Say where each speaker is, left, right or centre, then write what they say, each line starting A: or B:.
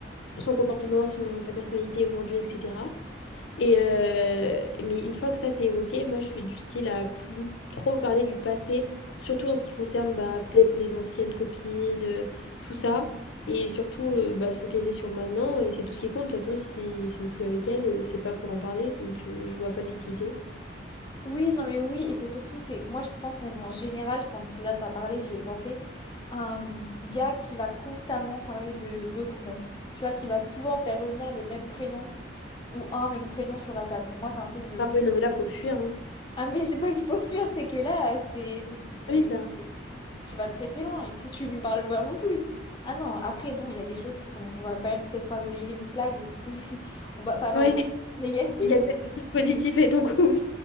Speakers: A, on the left; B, on the left.
A: son comportement, son, sa personnalité aujourd'hui, etc. Et euh, mais une fois que ça s'est évoqué, moi je suis du style à plus trop parler du passé, surtout en ce qui concerne bah, peut-être les anciennes copines, euh, tout ça, et surtout euh, bah, se focaliser sur le maintenant, et c'est tout ce qui compte. De toute façon, s'ils sont plus avec elle, euh, c'est pas pour en parler, donc euh, je vois pas l'utilité.
B: Oui, non mais oui, et c'est surtout, c'est moi je pense même en général, quand là t'as parlé, j'y ai pensé, un gars qui va constamment parler de d'autres meufs, tu vois, qui va souvent faire revenir les mêmes prénoms ou un même prénom sur la table. Moi c'est un truc, je...
A: Ah ouais, non mais là, faut fuir, hein.
B: Ah mais c'est pas qu'il faut fuir, c'est que là, c'est c'est c'est-
A: Ah oui, là.
B: c'est que tu vas très très loin et que tu lui parles vraiment plus. Ah non, après bon, il y a des choses qui sont... On va quand même peut-être parler des green flags, et- parce que <laughs> on va pas
A: Ouais.
B: parler négatif,
A: Il y a peut-être des trucs positifs avec ton couple.